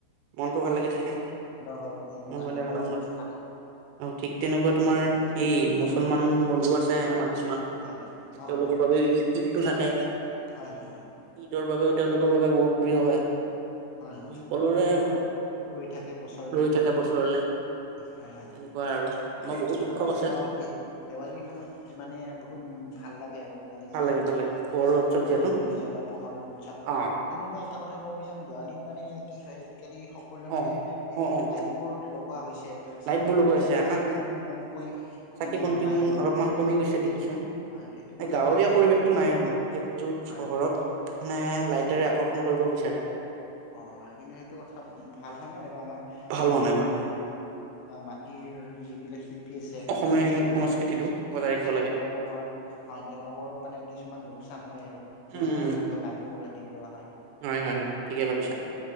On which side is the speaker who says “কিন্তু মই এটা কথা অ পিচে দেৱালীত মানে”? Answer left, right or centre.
Left